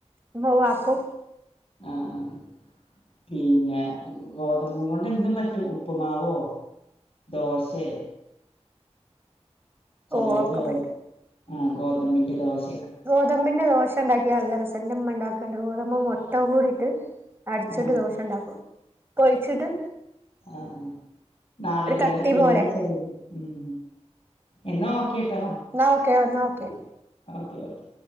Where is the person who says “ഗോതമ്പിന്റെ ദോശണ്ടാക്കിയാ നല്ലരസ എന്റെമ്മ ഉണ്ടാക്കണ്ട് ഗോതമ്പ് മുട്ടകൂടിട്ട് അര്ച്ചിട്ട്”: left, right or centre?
Right